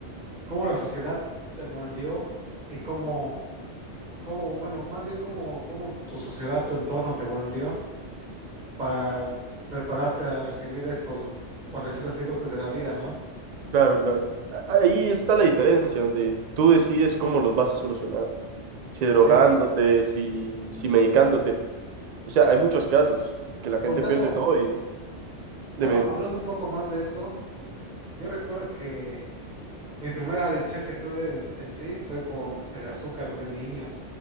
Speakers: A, on the right (about 40°); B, on the right (about 70°).
A: cómo la sociedad te moldeó y cómo, cómo, bueno, más bien cómo, cómo tu sociedad, tu entorno te moldeó para prepararte a recibir estos, por decirlo así, golpes de la vida, ¿no?
B: Claro, claro. A- Ahí está la diferencia, donde tú decides cómo los vas a solucionar. Si drogándote,
A: Sí,
B: si, si medicándote. O sea, hay muchos casos que la gente
A: contando,
B: pierde todo y... Dime,
A: bueno, hablando un poco más de esto, yo recuerdo que Mi primera adicción que tuve en, en sí fue con el azúcar de niño.